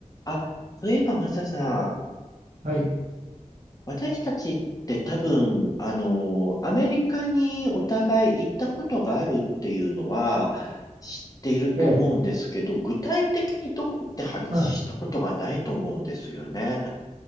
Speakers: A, on the left (about 25°); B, on the right (about 70°).
A: あ、そういえばマサさん、
B: はい。
A: 私たちって多分、あの、アメリカにお互い行ったことがあるっていうのは知っていると思うんですけど、
B: ええ。
A: 具体的にどこって話したことがないと思うんですよね。
B: はい。